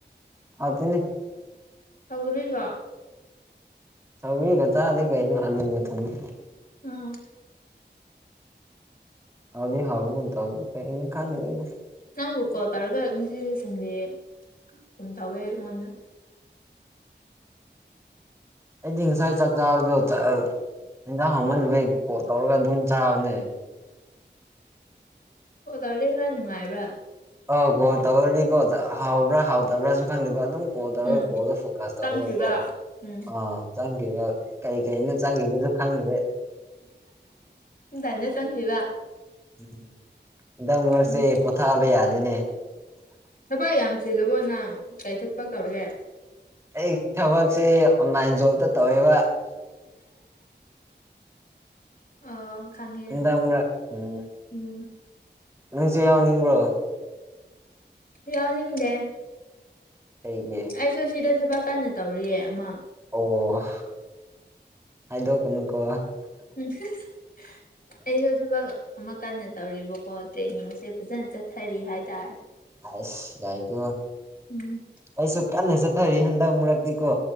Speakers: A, on the right (about 15°); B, on the left (about 55°).
A: ꯍꯥꯎꯇꯦꯅꯦ
B: ꯁꯧꯒ꯭ꯔꯤꯒ
A: ꯆꯧꯔꯤꯒ ꯆꯥꯗꯩ ꯀꯩꯅꯣ ꯑꯂꯨꯕ ꯊꯨꯝꯏ
B: ꯑ ꯑꯥ
A: ꯑꯗꯤ ꯍꯕ ꯀꯣ ꯇ ꯀ ꯏ ꯈꯥꯟꯗꯅ
B: ꯅꯪꯕꯨ ꯀꯣꯜ ꯇꯧꯔꯒ ꯉꯁꯤ ꯁꯟꯗꯦ ꯀꯝ ꯇꯧꯋꯦ ꯑꯩꯉꯣꯟꯗ
A: ꯑꯩꯗꯤ ꯉꯁꯥꯏ ꯆꯥꯛ ꯆꯥꯕꯗꯣ ꯌꯦꯟꯖꯥꯡ ꯍꯧꯃꯟꯗꯕꯩ ꯀꯣꯜ ꯇꯧꯔꯒ ꯑꯗꯨꯝ ꯆꯥꯕꯅꯦ
B: ꯍꫭ ꯇꯧꯔꯗꯤ ꯈꯔ ꯅꯨꯡꯉꯥꯏꯕ꯭ꯔꯥ
A: ꯑ ꯀꯣꯜ ꯇꯧꯔꯗꯤꯀꯣ ꯍꯥꯎꯕ꯭ꯔꯥ ꯍꯥꯎꯗꯕ꯭ꯔꯥꯁꯨ ꯈꯪꯗꯕ ꯑꯗꯨꯝ ꯀꯣꯜ ꯇꯧꯔꯒ
B: ꯎꯝ
A: ꯀꯣꯜꯗ ꯐꯣꯀꯁ
B: ꯆꯪꯈꯤꯕ
A: ꯇꯧꯔꯒ ꯀꯣ
B: ꯎꯝ
A: ꯑꯥ ꯆꯪꯈꯤꯕ ꯀꯩ ꯀꯩꯅ ꯆꯪꯈꯤꯕꯁꯨ ꯈꯪꯗ꯭ꯔꯦ
B: ꯇꯟꯅ <unintelligible> ꯆꯪꯈꯤꯕ
A: ꯎꯝ ꯍꯟꯗꯛ ꯃꯔꯛꯁꯦ
B: ꯎꯝ
A: ꯄꯣꯊꯥꯕ ꯌꯥꯗꯦꯅꯦ
B: ꯊꯕꯛ ꯌꯥꯝ ꯆꯤꯜꯂꯕꯣ ꯅꯪ ꯀꯔꯤ ꯊꯕꯛ ꯇꯧꯔꯒꯦ
A: ꯑꯩ ꯊꯕꯛꯁꯦ ꯑꯣꯟꯂꯥꯏꯟ ꯖꯣꯕꯇ ꯇꯧꯋꯦꯕ
B: ꯑꯣ ꯈꯪꯉꯦ
A: ꯍꯟꯗꯛ ꯃꯔꯛ ꯎꯝ
B: ꯎꯝ
A: ꯅꯪꯁꯨ ꯌꯥꯎꯅꯤꯡꯕ꯭ꯔꯣ
B: ꯌꯥꯎꯅꯤꯡꯗꯦ
A: ꯑꯩꯒꯤ
B: ꯑꯩꯁꯨ ꯁꯤꯗ ꯊꯕꯛ ꯀꯟꯅ ꯇꯧꯔꯤꯌꯦ ꯑꯃꯥ
A: ꯑꯣ ꯍꯥꯏꯗꯣꯛꯀꯅꯨꯀꯣ
B: <unintelligible> ꯑꯩꯁꯨ ꯊꯕꯛ ꯑꯃ ꯀꯟꯅ ꯇꯧꯔꯤꯕꯀꯣ ꯇ꯭ꯔꯦꯅꯤꯡꯁꯦ ꯐꯖꯅ ꯆꯠ ꯊꯔꯤ <unintelligible> ꯍꯥꯏꯇꯥꯔꯦ
A: ꯑꯁ ꯌꯥꯏꯀꯣ
B: ꯎꯝ
A: ꯑꯩꯁꯨ ꯀꯟꯅ ꯆꯠꯊꯔꯤ ꯍꯟꯗꯛ ꯃꯔꯛ ꯗꯤꯀꯣ